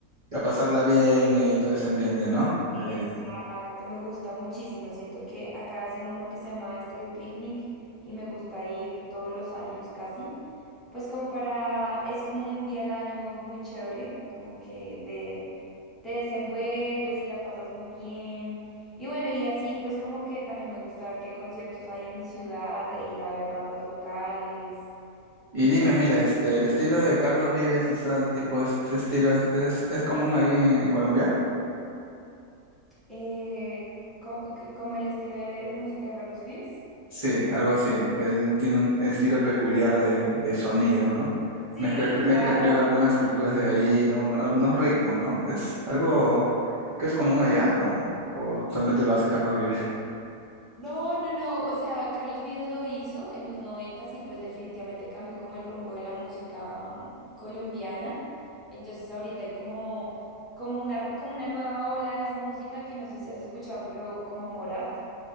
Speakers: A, on the right (about 50°); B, in the centre.
A: a pasarla bien y ahí todo ese ambiente, ¿no? Eh,
B: exacto, me gusta muchísimo. Siento que acá hacen uno que se llama Estéreo Picnic y me gusta ir todos los años casi. Pues como para, es como un día al año muy chévere, como que te te desenvuelves y la pasas muy bien. Y bueno, y así pues como que también me gusta ver qué conciertos hay en mi ciudad e ir a ver bandas locales,
A: y
B: ya
A: dime,
B: así.
A: mira, este, el estilo de Carlos Vives, ese tipo, es- ese estilo es, es, es común ahí en, en Colombia.
B: Eh, c- co- c- como el estilo de, de música de Carlos Vives.
A: Sí, algo así. Él tiene un estilo peculiar de, de sonido, ¿no?
B: Sí,
A: Mezcla, cre- mezcla,
B: claro.
A: creo, algunas culturas de ahí, ¿no? Un- Algunos ritmos, ¿no? Es algo que es común allá, o, o solamente lo hace Carlos Vives. <laughs>
B: No, no, no. O sea, Carlos Vives lo hizo en los noventas y pues definitivamente cambió como el rumbo de la música mm, colombiana. Entonces ahorita hay como, como una, re- como una nueva ola de esa música que no sé si has escuchado, pero como Morat.